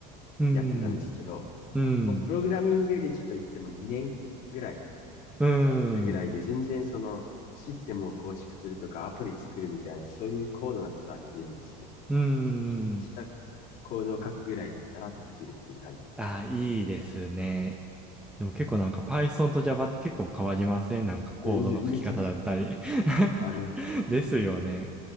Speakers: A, in the centre; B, on the left.
A: うん、
B: やってたんですけど、
A: うん、
B: まあ、プログラミング歴といっても2年ぐらい
A: うん、
B: やってたぐらいで、全然そのシステムを構築するとかアプリ作るみたいな、そういう高度なことはできないんですけど、
A: うん。
B: ちょっとしたコードを書くぐらいだったらできるっていう感じです。
A: あ、いいですね。でも結構なんか Python と Java って結構変わりませんなんかコードの書き方だったり
B: めめっちゃ、めっちゃ変わります。
A: <laughs> ですよね。